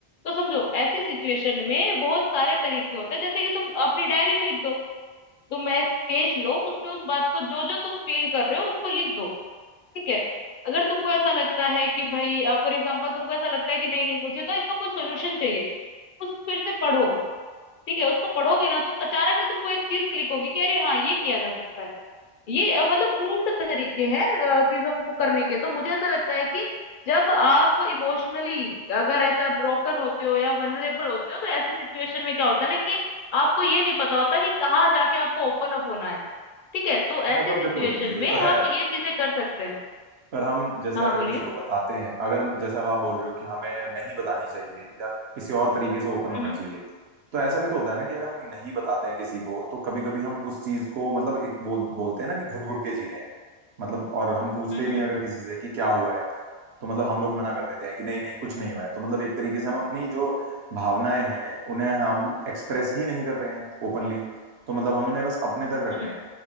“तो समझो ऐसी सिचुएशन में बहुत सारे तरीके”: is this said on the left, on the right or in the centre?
Left